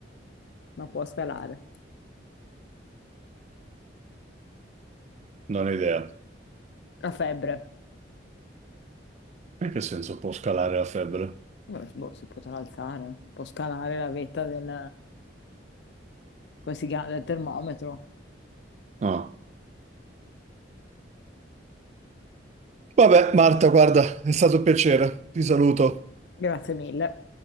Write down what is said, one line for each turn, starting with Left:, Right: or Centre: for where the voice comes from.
Left: Ma può scalare.
Right: Non ho idea.
Left: La febbre.
Right: In che senso può scalare la febbre?
Left: Eh, boh, si potrà alzare. Può scalare la vetta del... come si chiama? Del termometro.
Right: No. Vabbè, Marta, guarda, è stato un piacere. Ti saluto.
Left: Grazie mille.